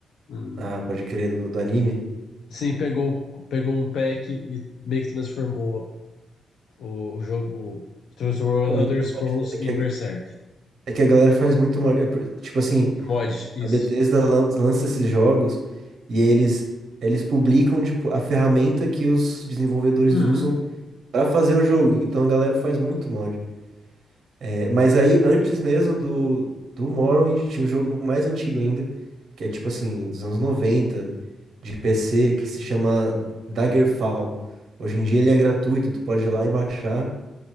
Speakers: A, on the left; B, on the right.
A: um-
B: Ah, pode crer, do, do anime.
A: sim, pegou, pegou um pack e meio que transformou o jogo, transformou
B: Um
A: Elder Scrolls
B: mod, né? É que,
A: em
B: a-
A: Berserk.
B: é que a galera faz muito mod. É por- tipo assim,
A: Mod, isso.
B: A Bethesda lan- lança esses jogos e eles eles publicam tipo a ferramenta que os desenvolvedores
A: Uhum.
B: usam pra fazer o jogo. Então a galera faz muito mod. É, mas aí antes mesmo do do Morrowind tinha um jogo mais antigo ainda, que é tipo assim, dos anos 90 de PC, que se chama Daggerfall. Hoje em dia ele é gratuito, tu pode ir lá e baixar.